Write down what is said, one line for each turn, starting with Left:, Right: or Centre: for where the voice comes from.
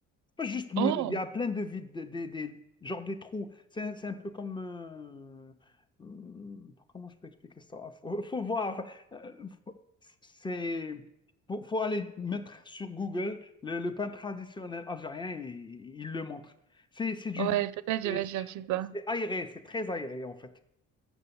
Left: C'est pas juste moelleux,
Right: Oh,
Left: il y a plein de vides, des, des, des- genre des trous. C'est un, c'est un peu comme... euh, hum, Comment je peux expliquer ça? Faut, faut voir. Euh, faut- C'est... Faut, faut aller mettre sur Google le, le pain traditionnel algérien et il le montre. C'est c'est du
Right: ouais,
Left: vide.
Right: peut-être je
Left: Et
Right: vais
Left: C'est
Right: chercher ça.
Left: c'est aéré, c'est très aéré en fait.